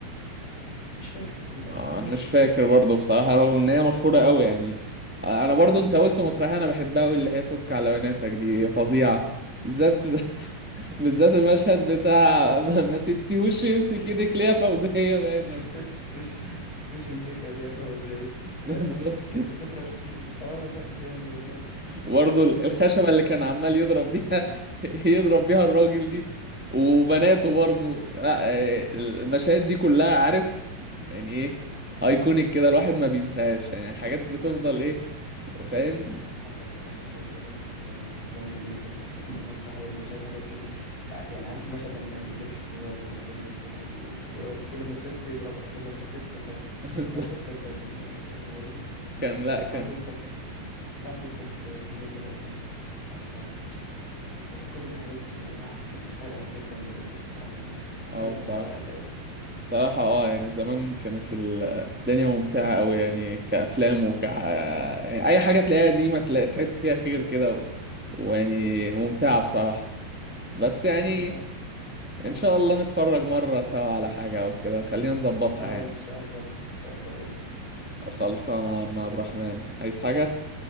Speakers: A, on the left; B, in the centre.
A: مش فاكر س- إيه ده
B: آه،
A: إزاي
B: انا مش فاكر برضه بصراحة رغم ان هي مشهورة قوي يعني آه، انا برضه انت قلت مسرحية انا بحبها قوي اللي هي سك على بناتك دي هي فظيعة بالذات <laughs> بالذات المشهد بتاع <laughs> ما ما سبتيهوش يمسك ايدك ليه يا فوزية باينة
A: <laughs> ستوش ستوش مسك عليها فهو إزاي
B: <laughs> بالظبط
A: يا آخر كانت تترة في إيده آه لأ جامد والله
B: وبرضه
A: <laughs>
B: الخشبة
A: سبحان
B: اللي كان عمال يضرب بيها <laughs> يضرب بيها الراجل دي وبناته برضه لا آه، المشاهد دي كلها عارف يعني ايه ايكونيك كده الواحد ما بينساهاش يعني حاجات بتفضل
A: أيوه آه
B: ايه فاهم
A: لا لا حصل حصل شوية حاجات آه، جامدة جدا في في المسرحية دي وشوية حاجات كده يعني عارف المشهد لما كان بيلف ويقعد يضرب زي ما انت بتقولت و- ويقعد كل ما تلف يضربها كل ما تلف يضربها
B: <laughs>
A: المشهد ده كان كان غريب
B: كان لا
A: والساعة
B: كان
A: ستة في الساعة ستة في في جنينة الأسماك اه يا أخي كل دي حاجات الواحد كان بيتفرج على حاجات جامدة جدا بصراحة زمان
B: اه
A: دلوقتي
B: بصراحة
A: الموضوع قل أوي
B: بصراحة اه يعني زمان كانت ال- الدنيا ممتعة أوي يعني كأفلام وك يعني أي حاجة تلاقيها دي ما تلاقي تحس فيها خير كده و... ويعني ممتعة بصراحة بس يعني
A: لا إن شاء الله اه
B: إن شاء الله نتفرج مرة سوا على حاجة أو كده خلينا نظبطها
A: اه
B: يعني
A: إن شاء الله إن شاء الله قريب
B: خلصانة مع عبد الرحمن عايز حاجة؟